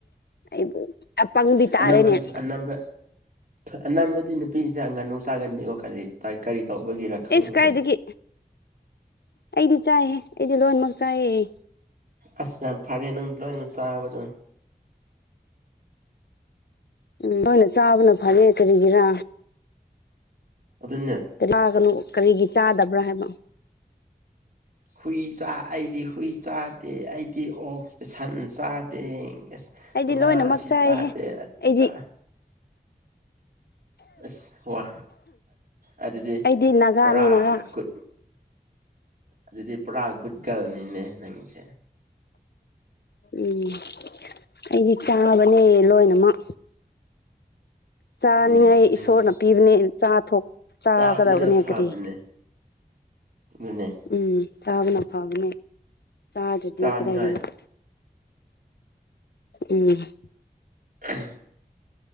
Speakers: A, on the left; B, on the right.
A: ꯑꯩꯕꯨ ꯑꯄꯪꯕꯤ ꯇꯥꯔꯦꯅꯦ
B: ꯑꯅꯥꯝꯕꯅꯤ ꯑꯅꯥꯝꯕ ꯑꯅꯥꯕꯗꯤ ꯅꯨ ꯦ ꯆꯪꯒꯅꯨ ꯁꯥꯥꯒꯟꯅꯤꯕ ꯀꯔꯤ ꯇꯧꯕꯒꯤꯔ ꯈꯪꯗꯦ
A: ꯑꯦꯁ ꯀꯥꯏꯗꯒꯤ ꯑꯩꯗꯤ ꯆꯥꯏꯍꯦ ꯑꯩꯗꯤ ꯂꯣꯟꯃꯛ ꯆꯥꯏꯌꯦ
B: ꯑꯁꯝ ꯐꯔꯦ ꯅꯪ ꯂꯣꯏꯅ ꯆꯥꯕꯗ
A: ꯎꯝ ꯅꯣꯏꯅ ꯆꯥꯕꯅ ꯐꯔꯦ ꯀꯔꯤꯒꯤꯔꯥ
B: ꯑꯗꯨꯅꯦ
A: ꯒꯅ ꯀꯔꯤꯒꯤ ꯆꯥꯗꯕ꯭ꯔꯥ ꯍꯥꯏꯕ
B: ꯍꯨꯏ ꯆ ꯑꯩꯗꯤ ꯍꯨꯏ ꯆꯥꯗꯦ ꯑꯩꯗꯤ ꯑꯣꯛ ꯁꯟ ꯆꯥꯗꯦ ꯑꯦꯁ
A: ꯑꯩꯗꯤ
B: ꯉꯥ
A: ꯂꯣꯏꯅꯃꯛ
B: ꯁꯤ
A: ꯆꯥꯏꯍꯦ
B: ꯆꯥꯗꯦ ꯑꯗꯨ
A: ꯑꯩꯗꯤ
B: ꯆꯥ ꯑꯁ ꯋꯥ ꯑꯗꯨꯗꯤ
A: ꯑꯩꯗꯤ ꯅꯥꯒꯥꯅꯦ
B: ꯄꯨꯔꯥ
A: ꯅꯥꯒꯥ
B: ꯒ ꯑꯗꯨꯗꯤ ꯄꯨꯔꯥ ꯒꯨꯠꯒꯜꯅꯤꯅꯦ ꯅꯪꯁꯦ
A: ꯎꯝ ꯑꯩꯗꯤ ꯆꯥꯕꯅꯦ ꯂꯣꯏꯅꯃꯛ ꯆꯥꯅꯤꯡꯉꯥꯏ
B: ꯎꯝ ꯅꯪꯒꯤ
A: ꯏꯁꯣꯔꯅ ꯄꯤꯕꯅꯦ ꯆꯥ ꯊꯣ ꯆꯥꯒꯗꯕꯅꯦ
B: ꯆꯥꯕꯗꯨꯅ ꯐꯕꯅꯦ
A: ꯀꯔꯤ
B: ꯑꯗꯨꯅꯦ
A: ꯎꯝ ꯇꯥꯎꯅ ꯐꯅꯤ ꯆ ꯆꯗꯤ
B: ꯆꯥꯅꯤꯡꯉꯥꯏ
A: ꯀꯗꯥꯏꯔꯒ ꯎꯝ
B: ꯎ